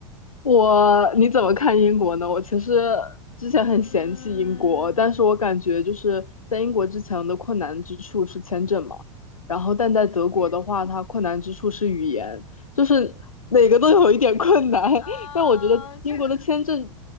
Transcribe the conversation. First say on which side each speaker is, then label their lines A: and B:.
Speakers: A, on the left; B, on the left.
A: 我你怎么看英国呢？我其实之前很嫌弃英国，
B: 嗯，
A: 但是我感觉就是在英国之前的困难之处是签证嘛，然后但在德国的话，
B: 你，
A: 它困难之处是语言，就是哪个都有一点困难。<laughs>
B: 嗯、
A: 但我觉得英国的签证
B: 呃这个